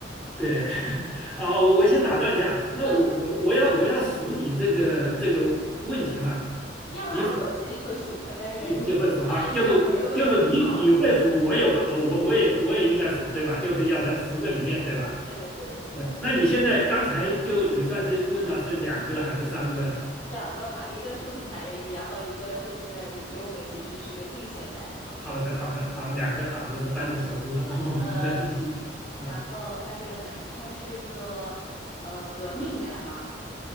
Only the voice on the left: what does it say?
呃，要啊，
我自己会数着，但是
万一对问着问着我就忘了。
对对对对对对对对，
两个嘛，一个是不是男人一，然后一个是不是你给我个提示是个近现代的嘛？
呃，
然后他是个男人，他是个呃革命家嘛？